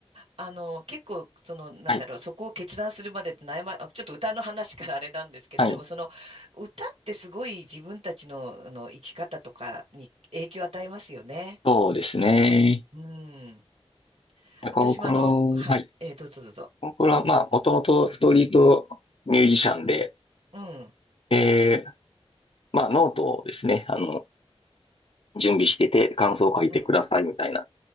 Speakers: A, on the right; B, on the left.
A: あの、結構、その、なんだろう、
B: <laughs> はい。
A: そこを決断するまでって悩ま、あちょっと歌の話からあれなんですけど、
B: はい。
A: でもその、歌ってすごい自分たちの、あの、生き方とかに影響を与えますよね。
B: そうですね。
A: うん。私もあの、
B: ココロ、
A: はい、
B: はい。
A: えーどうぞどうぞ。
B: ココロはまあもともとストリートミュージシャンで、
A: うん、
B: で、まあノートをですね、あの、準備してて感想を書いてくださいみたいな。
A: うん、